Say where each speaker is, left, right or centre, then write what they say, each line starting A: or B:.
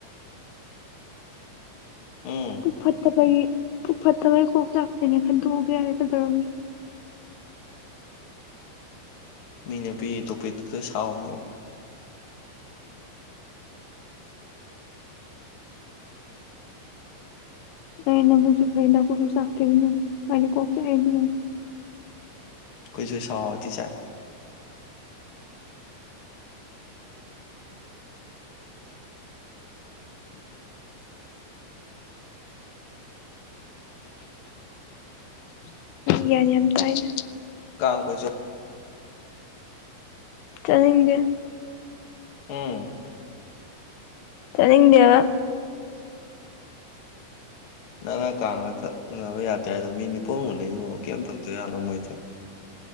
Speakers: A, on the left (about 65°); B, on the left (about 85°).
A: ꯎꯝ꯫
B: ꯄꯨꯛ ꯐꯠꯇꯕꯒꯤ ꯄꯨꯛ ꯐꯠꯇꯕꯒꯤ ꯀꯣꯛ ꯆꯥꯛꯄꯩꯅꯦ ꯈꯟꯗꯣꯛ ꯑꯒꯦ ꯌꯥꯔꯦ ꯀꯩꯗꯧꯔꯒꯦ꯫
A: ꯃꯤꯅ ꯄꯤꯔꯤ ꯇꯣꯄꯤꯛꯇꯨꯗ ꯁꯥꯎꯅꯣ꯫
B: ꯅꯪ ꯅꯕꯨꯛꯁꯨ ꯐꯩ ꯅꯀꯣꯛꯁꯨ ꯆꯥꯛꯇ꯭ꯔꯦ ꯑꯗꯨꯅꯅꯤ ꯑꯩꯗꯤ ꯀꯣꯛ ꯆꯥꯛꯑꯦ ꯑꯗꯨꯅꯅꯤ
A: ꯈꯣꯏꯁꯨ ꯁꯥꯎꯔꯗꯤ ꯆꯥꯛ
B: ꯒ꯭ꯌꯥꯟ ꯌꯥꯝ ꯇꯥꯏꯗ
A: ꯀꯥꯡ ꯀꯣꯏ ꯆꯠ꯫
B: ꯆꯠꯅꯤꯡꯗꯦ
A: ꯎꯝ
B: ꯆꯠꯅꯤꯡꯗꯦꯕ
A: ꯅꯪꯅ ꯀꯥꯡꯗ ꯀꯛ ꯎꯅꯕ ꯌꯥꯗꯦ ꯍꯥꯏꯗꯣ ꯃꯤꯗꯤ ꯄꯪꯎ ꯎꯅꯩꯕꯣ ꯀꯩꯝ ꯇꯧꯗꯖꯥꯠꯂꯣ ꯃꯣꯏꯗꯤ꯫